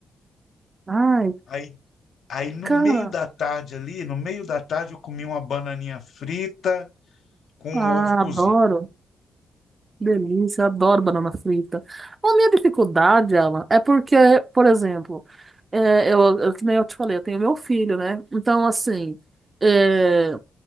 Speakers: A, on the right; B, on the left.
A: Ai,
B: Aí, aí no
A: cara,
B: meio da tarde ali, no meio da tarde, eu comia uma bananinha frita com um
A: ah,
B: ovo cozido.
A: adoro. Delícia, adoro banana frita. A minha dificuldade, Alan, é porque, por exemplo, é, eu, eu, que nem eu te falei, eu tenho meu filho, né? Então, assim, é,